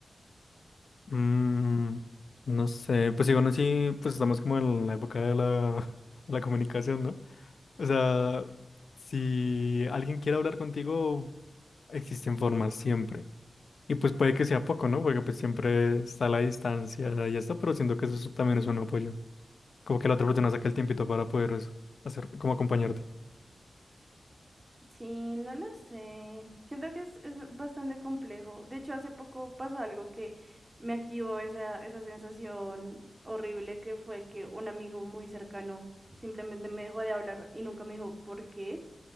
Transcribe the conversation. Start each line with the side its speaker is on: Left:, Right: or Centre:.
Left: Mm, no sé, pues igual así, pues estamos como en la época de la, <laughs> la comunicación, ¿no? O sea, si alguien quiere hablar contigo, existen formas siempre. Y pues puede que sea poco, ¿no? Porque pues siempre está la distancia y esto, pero siento que eso también es un apoyo. Como que la otra persona saca el tiempito para poder eso, hacer, como acompañarte.
Right: Sí, no lo sé. Siento que es, es bastante complejo. De hecho, hace poco pasó algo que me activó esa, esa sensación horrible que fue que un amigo muy cercano simplemente me dejó de hablar y nunca me dijo por qué.